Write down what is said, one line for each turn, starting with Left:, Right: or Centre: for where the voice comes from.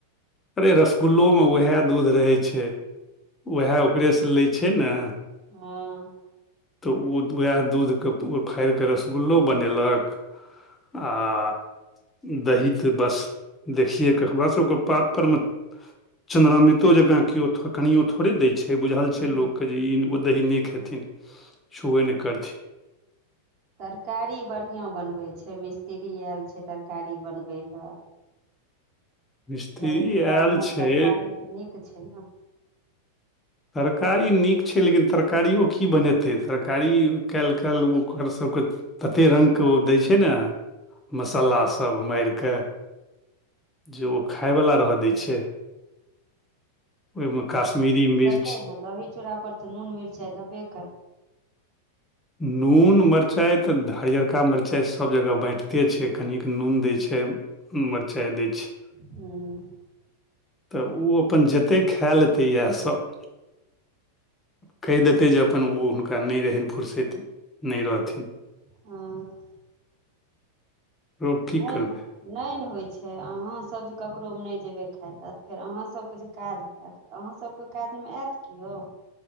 Left: अरे रसगुल्लो मे उएह दूध रहै छै उएह ओकरेसँ लै छै ने
Right: हँ
Left: तऽ ओ उएह दूधकेँ फाड़ि कऽ रसगुल्लो बनेलक आ दही त बस देखिएकेऽ हमरा सबके पात पर में चंद्र मृतो जका केओ कनो थोड़े देय छै बुझल छै
Right: हूँ,
Left: लोक के ओ दही नहि खेथिन छुबे नहि करथिन
Right: तरकारी बढ़िआँ बनबै छै मिस्त्री आयल छै तरकारी बनबै लए
Left: मिस्त्री
Right: दही चूड़ा
Left: आयल
Right: बहुत
Left: छै
Right: तरकारी तऽ नीक छै ने
Left: तरकारी नीक छै लेकिन तरकारिओ की बनेतै तरकारी काल्हि काल्हि ओकरसभके ततेक रङ्गके ओ दै छै ने
Right: हूँ,
Left: मसाला सब मारि कऽ जे ओ खायवला रह दै छै ओहि मे कश्मीरी मिर्च
Right: तै ने दही चूड़ा पर तऽ नून मिरचाइ देबे करै
Left: नून मिरचाइ तऽ हरियरका मिरचाइ सब जगह बैटते छै कनिक नून दै छै मरचाइ दै छै
Right: हँ
Left: तऽ ओ अपन जतेक खाए लेतै इएहसभ कहि देते जे अपन ओ हुनका नहि रहनि फुरसत नहि रहथिन
Right: हँ
Left: रो की
Right: नहि
Left: करबै
Right: ने नहि ने होइ छै अहाँं सब जे ककरो मे नहि जेबै खाय लऽ फेर अहाँ सबके जे काज होत तऽ अहाँ सबके काजमे एत कियो